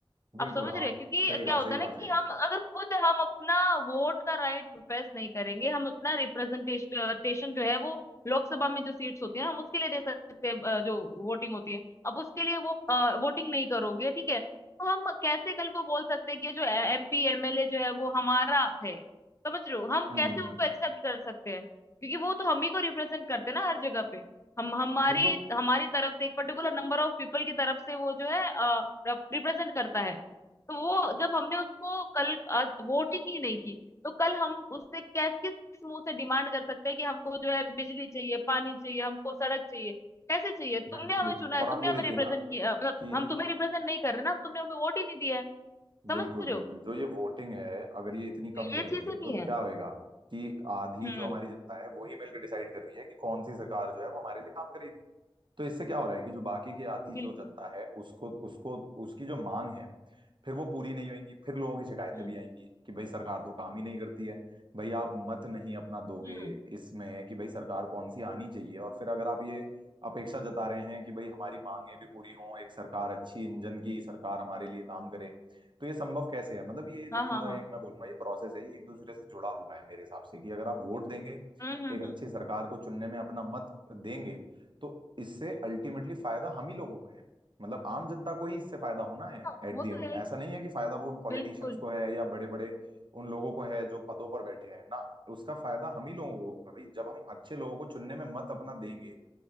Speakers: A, on the right; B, on the left.
A: बिल्कुल
B: आप समझ
A: हाँ
B: रहे हैं क्योंकि
A: सही
B: क्या
A: कहा
B: होता
A: सही
B: है
A: कहा
B: ना कि
A: सही कहा
B: हम अगर खुद हम अपना वोट का राइट प्रोफेस नहीं करेंगे हम अपना रिप्रेजेंटेशन जो है वो लोकसभा में जो सीट्स होती है ना हम उसके लिए दे सकते हैं अ, जो वोटिंग होती है अब उसके लिए वो वोटिंग नहीं करोगे ठीक है तो हम कैसे कल को बोल सकते हैं कि जो एमपी एमएलए जो है वो हमारा है समझ रहे हो हम
A: हम्म
B: कैसे
A: हम्म, हम्म,
B: उनको एक्सेप्ट कर सकते हैं क्योंकि वो तो हम ही को रिप्रेजेंट करते हैं ना हर जगह पे हम हमारी
A: बिल्कुल
B: हमारी तरफ से एक पर्टिकुलर नंबर ऑफ पीपल की तरफ से वो जो है रिप्रेजेंट करता है तो वो जब हमने उसको कल आज वोटिंग ही नहीं की तो कल हम उससे कैस किस मुंह से डिमांड कर सकते हैं कि हमको जो है बिजली चाहिए पानी चाहिए हमको सड़क चाहिए कैसे चाहिए तुमने
A: बिल्कुल
B: हमें
A: बिल्कुल
B: चुना है
A: और
B: तुमने
A: आप ये
B: हमें
A: देखिए
B: रिप्रेजेंट
A: ना
B: किया मतलब
A: कि
B: हम तुम्हें रिप्रेजेंट नहीं कर रहे ना तुमने हमें वोट ही नहीं दिया है
A: बिल्कुल
B: समझ रहे
A: बिल्कुल
B: हो
A: जो ये वोटिंग है अगर ये इतनी
B: तो
A: कम जाएगी
B: ये चीजें भी
A: तो क्या
B: है
A: होएगा कि आधी
B: हम्म
A: जो हमारी जनता है वही मिलकर डिसाइड कर रही है कि कौन सी सरकार जो है वो हमारे लिए काम करेगी तो इससे क्या हो रहा है कि जो बाकी की आधी
B: बिल्कुल
A: जो जनता है उसको उसको उसकी जो मांग है फिर वो पूरी नहीं होंगी फिर लोगों की शिकायतें
B: हम्म
A: भी आएंगी कि भाई सरकार तो काम ही नहीं करती है भाई आप मत नहीं अपना दोगे
B: हम्म
A: इसमें कि भाई सरकार कौन सी आनी चाहिए और फिर अगर आप ये अपेक्षा जता रहे हैं कि भाई हमारी मांगें भी पूरी हों एक सरकार अच्छी इंजन की सरकार हमारे लिए काम करे तो ये संभव कैसे है मतलब ये जो
B: हाँ हाँ
A: पूरा
B: हाँ
A: एक मैं बोलूंगा ये प्रोसेस है ये एक दूसरे से जुड़ा हुआ है मेरे हिसाब से कि अगर आप वोट देंगे
B: हम्म हम्म
A: एक अच्छी
B: हम्म
A: सरकार को चुनने में अपना मत देंगे तो इससे अल्टीमेटली फायदा हम ही लोगों को है मतलब आम जनता को ही इससे फायदा होना है
B: हाँ,
A: एट
B: वो
A: द
B: तो
A: एंड
B: है
A: ऐसा
B: ही।
A: नहीं है कि फायदा वो उन पॉलिटिशियंस
B: बिल्कुल
A: को है या बड़े बड़े उन लोगों को है जो पदों पर बैठे हैं ना उसका फायदा हम ही लोगों को होगा भाई जब हम अच्छे लोगों को चुनने में मत अपना देंगे